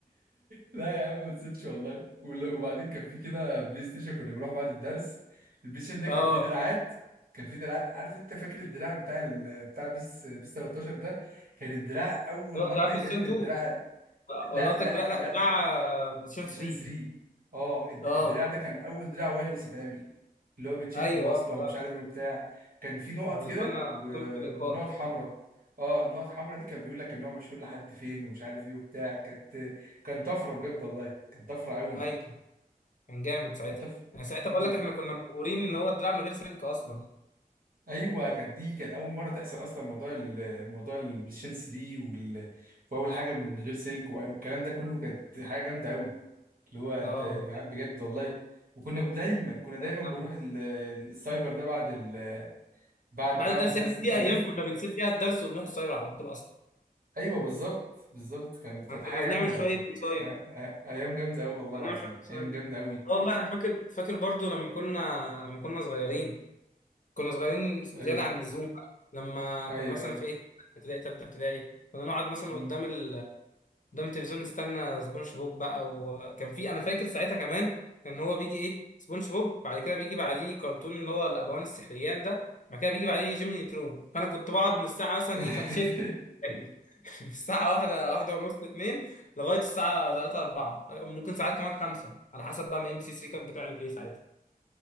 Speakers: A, on the right; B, on the left.
A: لا يا عم ما نسيتش والله ولا- وبعدين كان في كده بلاي ستيشن كنا بنروح بعد الدرس البلاي ستيشن ده
B: اه
A: كان فيه دراعات كان فيه دراعات عارف انت فاكر الدراع بتاع ال... بتاع بيس بيس 13 ده كان الدراع اول
B: اه
A: مره
B: لعب
A: يتعمل
B: بلاي ستيشن 2
A: الدراع
B: آه،
A: لا
B: ولا قصدك
A: لا
B: لا لا
A: لا
B: لا بلاي ستيشن
A: فيجن
B: 3
A: 3 اه الد-
B: اه
A: الدراع ده كان اول دراع وايرلس يتعمل اللي هو بيتشحن
B: ايوه
A: بوصله
B: اه افتكرت
A: ومش عارف ايه وبتاع كان في نقط
B: كان بالنسبه
A: كده
B: لنا
A: و...
B: قمه الابهار
A: ونقط حمراء اه النقط الحمراء دي كان بيقول لك ان هو مشهور لحد فين ومش عارف ايه وبتاع كانت كان طفره بجد والله كانت طفره قوي
B: ايوه كان جامد ساعتها
A: كانت طفره
B: انا ساعتها
A: امم
B: بقول لك احنا كنا مبهورين ان هو الدراع من غير سلك اصلا
A: ايوه كانت دي كان اول مره تحصل اصلا موضوع ال... موضوع البلايستيشن 3 وال... واول حاجه من غير سلك والكلام ده كله كانت حاجه جامده قوي اللي هو انت
B: اه
A: يا جدعان بجد والله وكنا دايما كنا دايما
B: كان
A: بنروح
B: جامد.
A: ال- السايبر ده بعد ال... بعد
B: بعد
A: بعد
B: الدرس
A: الدرس
B: احنا في
A: ده كان
B: ايام
A: درس
B: كنا بنسيب فيها الدرس ونروح السايبر على طول اصلا
A: ايوه بالظبط بالظبط كان كانت
B: احنا
A: حاجه
B: كنا بنعمل
A: جامده
B: شويه
A: كانت
B: مصايب
A: أ- أ- ايام جامده قوي
B: كنا
A: والله العظيم
B: بنعمل شويه مصايب
A: ايام جامده قوي
B: آه والله انا فاكر فاكر برضو لما كنا لما كنا صغيرين كنا صغيرين زياده
A: ايوه
B: عن اللزوم بقى لما
A: ايوه
B: كنا مثلا
A: ايوه
B: في ايه ابتدائي تالتة ابتدائي كنا نقعد مثلا
A: مم.
B: قدام ال... قدام التلفزيون نستنى سبونج بوب بقى وكان في انا فاكر ساعتها كمان كان هو بيجي ايه سبونج بوب بعد كده بيجي بعديه كرتون اللي هو الابوان السحريان ده بعد كده بيجي بعديه جيمي نيترون فانا كنت بقعد من الساعه مثلا
A: <laughs>
B: ايه كان شيفت <laughs> من الساعه واحدة واحدة ونص اتنين لغايه الساعه 3 4 ممكن ساعات كمان خمسة على حسب بقى ما ام بي سي 3 كانت بتعرض ايه ساعتها